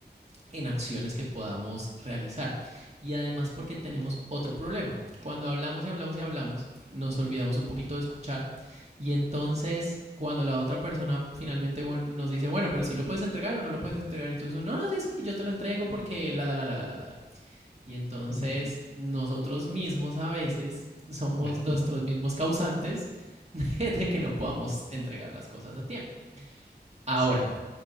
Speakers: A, on the right (about 40°); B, on the right (about 75°).
A: en acciones que podamos realizar. Y además porque tenemos otro problema. Cuando hablamos y hablamos y hablamos, nos olvidamos un poquito de escuchar y entonces cuando la otra persona finalmente bueno, nos dice, bueno, pero si sí lo puedes entregar o no lo puedes entregar, entonces no, no, sí, sí, yo te lo entrego porque la, la, la, la, la, la, la. Y entonces
B: Ujú.
A: nosotros mismos a veces somos
B: <laughs>
A: nuestros mismos causantes <laughs> de que no podamos entregar las cosas a tiempo. Ahora,
B: Sí,